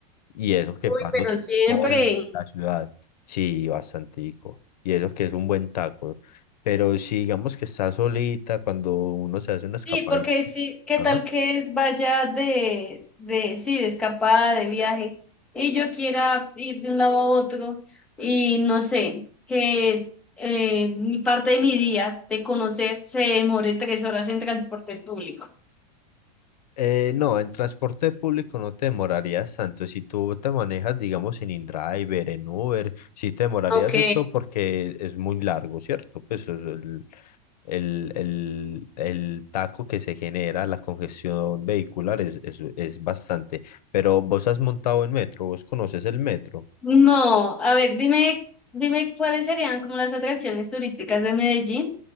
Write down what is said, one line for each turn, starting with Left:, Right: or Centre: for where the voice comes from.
Left: Y eso que
Centre: Uy,
Left: paso
Centre: pero siempre.
Left: toda la ciudad, sí, bastantico. Y eso que es un buen taco. Pero si digamos que está solita, cuando uno se hace una escapadita,
Centre: Sí, porque sí, ¿qué
Left: ajá.
Centre: tal que vaya de, de, sí, de escapada, de viaje, y yo quiera ir de un lado a otro, y no sé, que eh, mi parte de mi día de conocer se demore tres horas en transporte público?
Left: Eh, no, en transporte público no te demorarías tanto. Si tú te manejas, digamos, en InDriver, en Uber, sí te demorarías
Centre: Ok,
Left: eso porque es muy largo, ¿cierto? Pues el, el, el, el taco que se genera, la congestión vehicular es, es, es bastante. Pero vos has montado en metro, vos conoces el metro.
Centre: no, a ver, dime, dime cuáles serían como las atracciones turísticas de Medellín,